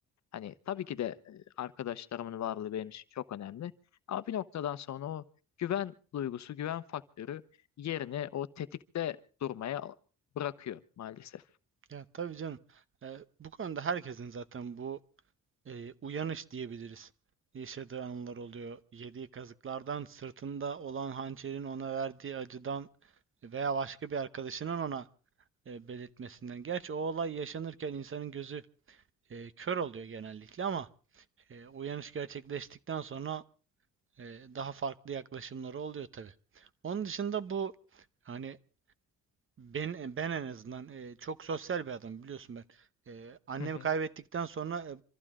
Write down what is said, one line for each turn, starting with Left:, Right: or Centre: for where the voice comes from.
Left: Hani tabii ki de e, arkadaşlarımın varlığı benim için çok önemli. Ama bir noktadan sonra o güven duygusu, güven faktörü yerini o tetikte durmaya bırakıyor maalesef.
Right: Ya tabii canım. Ee, bu konuda herkesin zaten bu e, uyanış diyebiliriz. Yaşadığı anılar oluyor. Yediği kazıklardan, sırtında olan hançerin ona verdiği acıdan veya başka bir arkadaşının ona e, belirtmesinden. Gerçi o olay yaşanırken insanın gözü e, kör oluyor genellikle ama e, uyanış gerçekleştikten sonra e, daha farklı yaklaşımları oluyor tabii. Onun dışında bu hani Ben, ben en azından e, çok sosyal bir adam biliyorsun ben. E, annemi
Left: Hı hı,
Right: kaybettikten sonra e,